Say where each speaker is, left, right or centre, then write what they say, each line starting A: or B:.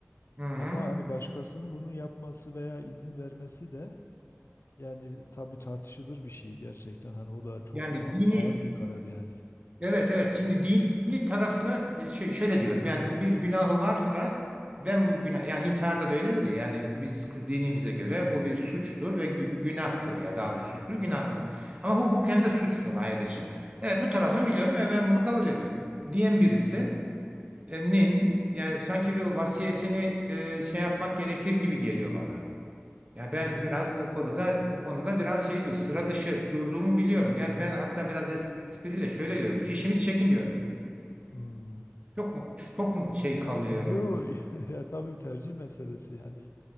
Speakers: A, on the right; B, on the left.
A: Hı hı.
B: Ama hani başkasının bunu yapması veya izin vermesi de yani tabii tartışılır bir şey gerçekten. Hani o da çok
A: Yani
B: ağır,
A: dini
B: ağır bir karar yani.
A: Evet evet. Şimdi dini tarafını e, şö- şöyle diyorum. Yani bu bir günahı varsa ben bu günah yani intiharda da öyledir ya. Yani biz dinimize göre bu bir suçtur ve gü- günahtır ya daha doğrusu suçtur günahtır. Ama hukuken de suçtur ayrıca. Evet bu tarafını biliyorum ve ben bunu kabul ediyorum. Diyen birisi e, nin yani sanki bir vasiyetini e, şey yapmak gerekir gibi geliyor bana. Yani ben
B: İyi.
A: biraz bu konuda bu konuda biraz şey diyor, sıra dışı durduğumu biliyorum. Yani ben hatta biraz espriyle şöyle diyorum. Fişimi çekin diyorum.
B: Hmm.
A: Çok mu çok mu şey
B: Ya
A: kalıyorum?
B: yo <laughs> ya tabii bir tercih meselesi. Yani